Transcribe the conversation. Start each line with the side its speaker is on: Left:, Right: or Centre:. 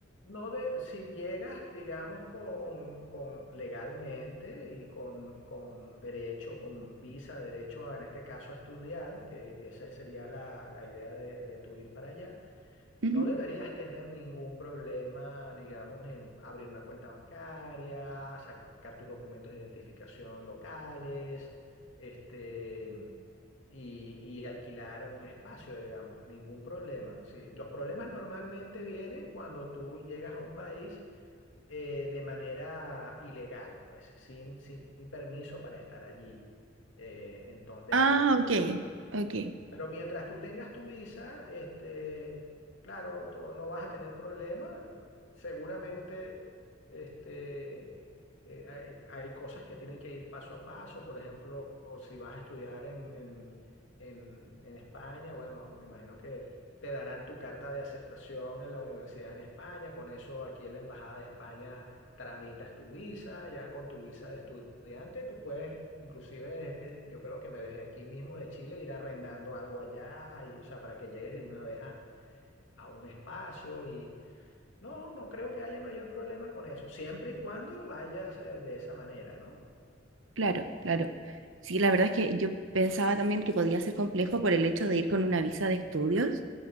Left: No de, si llegas, digamos, con, con legalmente y con, con derecho, con visa, derecho a, en este caso a estudiar, que esa sería la, la idea de, de tu ir para allá,
Right: Ujú.
Left: no deberías tener ningún problema, digamos, en abrir una cuenta bancaria, sacar tus documentos de identificación locales, este, y, y alquilar un espacio, digamos, ningún problema. Sí. Los problemas normalmente vienen cuando tú llegas a un país eh, de manera ilegal, pues, sin, sin permiso para estar allí, eh, entonces, de
Right: Ah,
Left: las autoridades.
Right: ok, ok,
Left: Pero mientras tú tengas tu visa, este, claro, to- no vas a tener problema. Seguramente, este, eh, hay, hay cosas que tienen que ir paso a paso. Por ejemplo, o si vas a estudiar en, en, en, en España, bueno, me imagino que te darán tu carta de aceptación en la universidad en España. Con eso, aquí en la Embajada de España tramitas tu visa, ya con tu visa de estudiante, tú puedes, inclusive eh, yo creo que me desde aquí mismo de Chile ir arrendando algo allá, y, o sea, para que llegues de una vez a, a un espacio y no, no creo que haya mayor problema con eso, siempre y cuando vayas eh, de esa manera, ¿no?
Right: claro, claro. Sí, la verdad es que yo pensaba también que podía ser complejo por el hecho de ir con una visa de estudios.